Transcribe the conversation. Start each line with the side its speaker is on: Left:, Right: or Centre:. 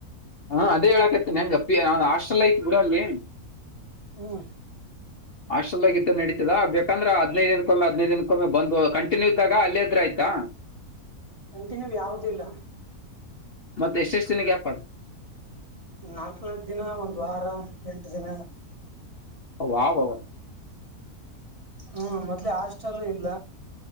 Left: ಹಾ ಅದೇ ಹೇಳಾಕತ್ತನೆ ಹೆಂಗ ಅಪ್ಪಿ್ ಹಾಸ್ಟೆಲ್ ಆಯತ್ ಬಿೂಡ ಅಲ್ಲಿ
Right: ಹ್ಮ್
Left: ಹಾಸ್ಟೆಲ್ಾಗ ಇದ್ದು ನಡೀತದ ಬೇಕಂದ್ರೆ ಹದ್ಿನೈದು ದಿನಕ್ಕೊಮ್ಮೆ ಹದಿನೈದು ದಿನಕ್ಕೊಮ್ಮೆ ಬಂದು ಕಂಟಿನ್ಯೂ ಇದ್ದಾಗ ಅಲ್ಲೇ ಇದ್ರೆ ಆಯ್ತಾ
Right: ಕಂಟಿನ್ಯೂ ಯಾವದಿಲ್ಲ
Left: ಮತ್ತೆ ಎಷ್ಟೆಷ್ಟು ದಿನಕ್ಕೆ್ಯಾಪದ
Right: ನಾಲ್ಕನ ದಿನ ಒಂದ್ ವಾರ ಎಂಟ ದಿನ
Left: ಅ ವಹ ವ
Right: ಹ್ಮ್ ಮೊದ್ಲೇ ಹಾಸ್ಟೆಲ್ಲ ಇಲ್ಲ